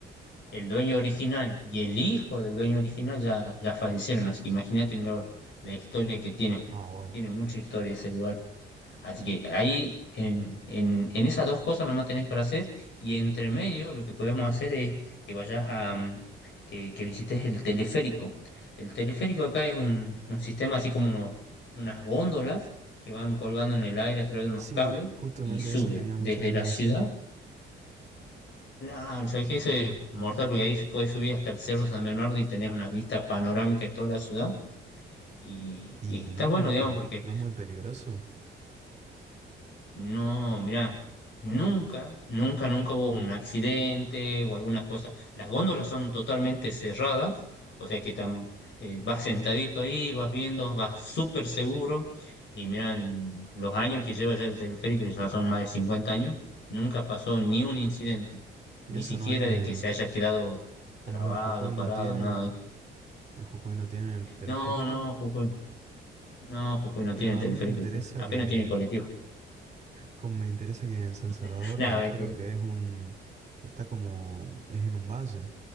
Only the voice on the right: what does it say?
Ah, wow.
Sí,
justamente
eso tenía
muchas ganas
de
hacer.
Y
no es
muy
pel-
no es muy peligroso.
Y eso
no hay en,
como
es en Jujuy
no tienen,
en Jujuy no tienen el teleférico.
Pero
a mí me interesa
que
Como me interesa que en San Salvador
me dijeron
que es un, está como, es en un valle.